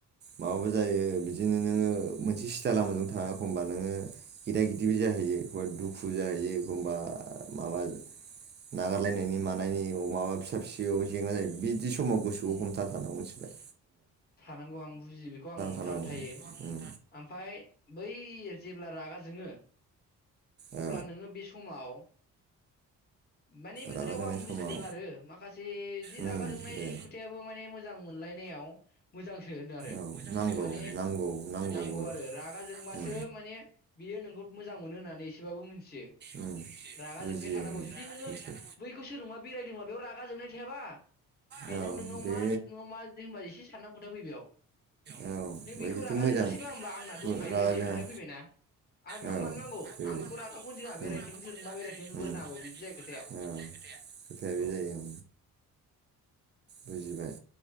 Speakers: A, on the right (about 25°); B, on the left (about 20°).
A: माबाबो जायो बिदिनो नोङो मोनसे स्टाइला मोजां थाङा एखमबा नोङो गेदा गिदिबो जाहैयो हय दुखु जायो एखबा माबा नागारलायनायनि मा नायनि माबा फिसा फिसौ जेंना जायो बि बिदि समाव गोसोआव
B: उम
A: हमथााथानांगौ मिनथिबाय।
B: थानांगौ आं बुजियो बेखौ आं हमथानानै
A: थानांगौ
B: थायो
A: उम
B: ओमफ्राय बै जेब्ला रागा जोङो
A: औ
B: अब्ला नोङो बे समाव माने बे
A: रागा
B: खोथाखौ
A: जोंनाय
B: आं बुजिदों
A: समाव
B: आरो माखासे जि
A: उम
B: रागा जोंनाय
A: दे
B: खोथायाबो माने मोजां मोनलायनायाव मोजांसो होनो आरो
A: औ नांगौ
B: माने
A: नांगौ नांगौबो
B: नांगौ आरो रागा जोंबासो
A: उम
B: माने बियो नोंखौ मोजां मोनो होननानै <unintelligible> <unintelligible>
A: उम
B: रागा
A: बुजियो
B: जोंनाय थानांगौ
A: उम
B: जुदि नोङो
A: मिथियो
B: बैखौ सोरजोंबा बेरायदोंबा बेयाव रागा जोंनाय थायाबा बेनाव
A: औ
B: नोंनाव मा
A: बे
B: <unintelligible> मा जेनबा एसे साननां <unintelligible> फै बेयाव
A: औ ओमफ्राय
B: नों बेखौ
A: बेथ'
B: रागा
A: मोजां
B: जोंङासैबा होमबा आंना दंखायो
A: रागा
B: बायदि
A: जोङा
B: खोथाया फैबायना आं बेखौ
A: औ
B: मानो नांगौ
A: बेबायदि
B: आं बेखौ रागाखौनोजोङा बेरायथों
A: उम
B: सोरजोंबा बेरायथोंबो
A: उम
B: होननो हागौ बिदि जायो खोथाया
A: औ खोथाया बे
B: औ
A: जायो ओं बुजिबाय।